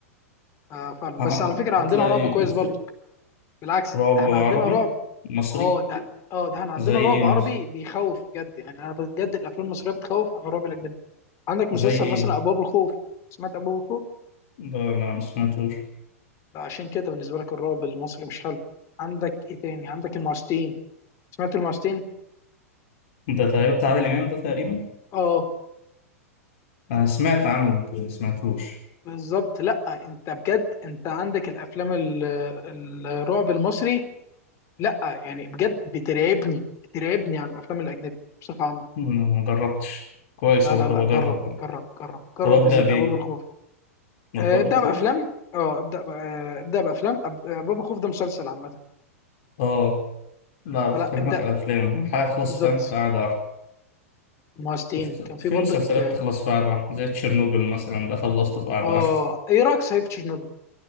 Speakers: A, on the left (about 35°); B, on the left (about 60°).
A: آه فعلا بس
B: هح-
A: على فكره عندنا
B: هتلاقي
A: رعب كويس
B: في-
A: برضه بالعكس
B: رعب
A: ده احنا
B: عربي
A: عندنا رعب
B: مصري
A: اه ده اه ده احنا عندنا
B: زي ايه
A: رعب عربي
B: مثلا
A: بيخوف بجد يعني انا بجد الافلام المصريه بتخوف عن الرعب الاجنبي عندك مسلسل
B: زي ايه
A: مثلا ابواب الخوف سمعت ابواب الخوف
B: ده لا ما سمعتوش
A: بقى عشان كده بالنسبه لك الرعب المصري مش حلو عندك ايه تاني عندك المعستين سمعت المعستين
B: ده تقريبا بتاع عادل امام ده تقريبا
A: اه
B: انا سمعت عنه بس ما سمعتوش
A: بالظبط لا انت بجد انت عندك الافلام ال- الرعب المصري لا يعني بجد بترعبني بترعبني عن الافلام الاجنبي بصفه عامه
B: أمم، ما جربتش كويس
A: لا
B: والله
A: لا لا
B: طب اجرب
A: جرب
B: أنا.
A: جرب جرب جرب
B: طب ابدا
A: بالذات
B: بايه
A: ابواب الخوف
B: ابدا
A: آه،
B: بالخوف
A: ابدأ بأفلام اه ابدأ ب- آه، ابدأ بأفلام أب- آه، باب الخوف ده مسلسل عامة
B: اه لا
A: فلا
B: بكلمك
A: ابدأ
B: على افلام حاجه تخلص
A: بالظبط
B: فاهم في قعده واحده
A: مهستين
B: في
A: كان في
B: في
A: برضك
B: مسلسلات
A: اه
B: تخلص في قعده واحده زي تشيرنوبل مثلا ده خلصته في قعده
A: آه،
B: واحده
A: ايه رأيك صحيح في تشيرنوبل